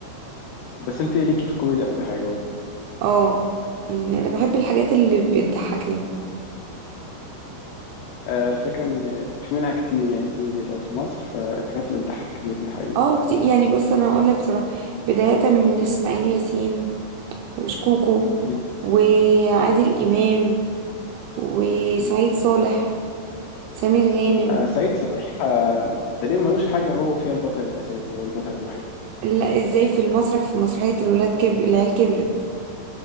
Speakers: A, on the left; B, on the right.
A: بس انت ليكي في الكوميديا اكتر حاجه واضح
B: اه يعني أنا بحب الحاجات اللي بتضحكني
A: آه، الفكره ان في منها كتير يعني انت لو في مصر فالحاجات اللي بتضحك كتير دي حقيقي
B: اه كتير يعني بص انا هقول لك بصراحه بدايه من اسماعيل ياسين وشكوكو
A: مم.
B: وعادل امام وسعيد
A: مم.
B: صالح سمير غانم
A: آه، سعيد صالح آه، تقريبا ملوش حاجه هو فيها البطل الاساسي هو البطل الوحيد
B: لا ازاي في المسرح في مسرحيه الولاد كبر العيال كبرت